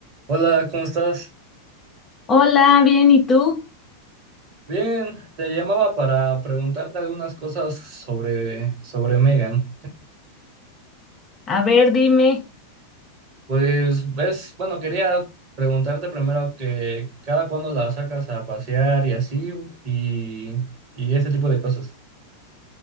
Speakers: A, on the right (about 40°); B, on the left (about 25°).
A: Hola, ¿cómo estás?
B: Hola, bien, ¿y tú?
A: Bien, te llamaba para preguntarte algunas cosas sobre, sobre Megan.
B: A ver, dime,
A: Pues ves, bueno, quería preguntarte primero que cada cuándo la sacas a pasear y así, y, y ese tipo de cosas.